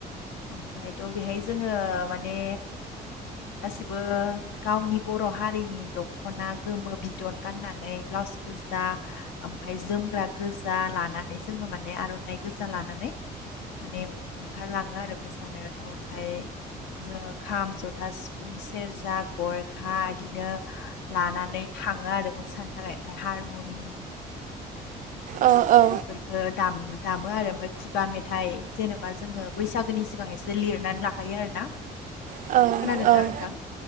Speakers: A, on the left; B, on the right.
A: ओमफायथ' बेहाय जोङो माने गासिबो गावनि बर' हारिनि दख'ना गोमो बिदन गाननानै ब्लाउस गोजा ओमफाय जोमग्रा गोजा लानानै जोङो माने आर'नाइ गोजा लानानै माने ओंखार लाङो आरो मोसानोथ'। ओमफाय जोङो खाम, जथा, सिफुं, सेरजा, गरखा इदिनो लानानै थाङो आरो मोसानो थाखाय ओमफाय हारमुनि
B: औ औ।
A: ओह दाम दामो आरो ओमफ्राय खुगा मेथाइ जेन'बा जोङो बैसागोनि सिगां एसे लिरनानै लाखा खायो आरोना
B: औ
A: खोनादोंना
B: औ
A: नोंथां?